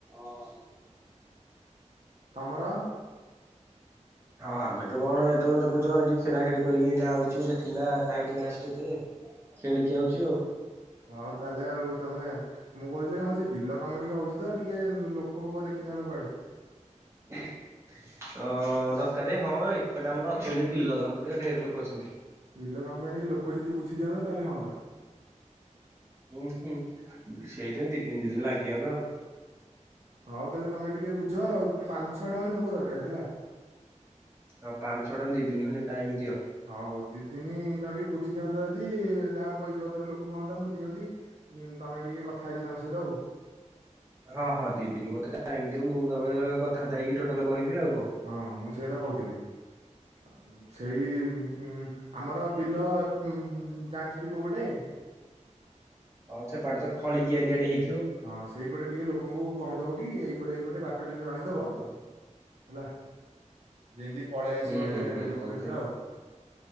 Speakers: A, on the right; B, on the right.
A: ହଉ।
B: ତମର?
A: ହଁ ଆମେ ତ କଣ ଏ ତ ଦେଖୁଛ ଏଠି ଖେଳା ଖେଳି କରି ଏଇନା ଆଉଚି ଗୋଟେ ଥିଲା ନାଇଟ ମ୍ୟାଚ୍ ଟିଏ ଖେଳିକି ଆଉଚି ଆଉ।
B: ହଉ ତାହେଲେ ଆଉ ତମେ ମୁଁ କହୁଥିଲି କଣ? ବିଲ କାମ ଟିକେ ହଉଛି ତ ଟିକେ ଲୋକ ଫୋକ ଦେଖିଥାନ୍ତ କୁଆଡେ।
A: ଅ ଦରକାର ହଁ ଏପଟେ ଆମର ଅଛନ୍ତି ବିଲ କାମ କରିବା ପାଇଁ ଢେର୍ ଲୋକ। ଅଛନ୍ତି।
B: ବିଲ କାମ ପାଇଁ ଟିକେ ଲୋକ ଯଦି ବୁ ଝି ଦିଅନ୍ତେ ତାହାଲେ ହନ୍ତା।
A: ହୁଁ ହୁଁ ସେଇଟା ଦି ଦିନ ତିନ ଦିନ ଲାଗିବ ନା ଆଉ।
B: ହଉ ତାହେଲେ ତମେ ଟିକେ ବୁଝ ଆଉ। ପାଞ୍ଚ ଛଅଟା ଖଣ୍ଡେ ଲୋକ ଦରକାର ହେଲା।
A: ହଁ ପାଞ୍ଚ ଛଅ ଟଙ୍କା ଦି ଦିନି ଖଣ୍ଡେ ଟାଇମ ଦିଅ।
B: ହଉ ଦିଦିନୀ ତମେ ଟିକେ ବୁଝି ଦିଅନ୍ତ, ଯଦି ଯାହା ପଇସା ପତର ଲୋକଙ୍କୁ କ ହଅନ୍ତା ମୁଁ ଦିଅନ୍ତି। ଉଁ ତମେ ଟିକେ କଥା ହେଇଯିବ ତାଙ୍କ ସହିତ ଆଉ।
A: ହଁ ହଁ ଦିଦିନି ମତେ ଟାଇମ ଦିଅ, ମୁଁ ତାପରେ କଥା ବାର୍ତ୍ତା ହେଇକି ଟୋଟାଲ କହିବି ଆଉ।
B: ହଁ ମୁଁ ସେଇକଥା କହୁଥିଲି। ହଁ। ସେଇ ଉଁ ଆମର ବିଲ ଉଁ ଉଁ ଜାଣିଚଟି କୋଉ ପଟେ।
A: ହଉ ସେ ପାଖେ ତ ଖଳି କିଆରୀ ଆଡେ ହେ
B: ହଁ ସେଇପଟେ ଟିକେ ଲୋକଙ୍କୁ କହିଦବ କି ଏଇ ଇ ପଟେ ଏଇପଟେ। ତ ଟିକେ ଜଣେଇଦବ
A: ହୁଁ।
B: ହେଲା ଯେମିତି ପଳେଇ ଆସିବେ
A: ହୁଁ ହୁଁ ହୁଁ
B: ଲୋକ
A: ହୁଁ।
B: କେତେଟା ଆଉ।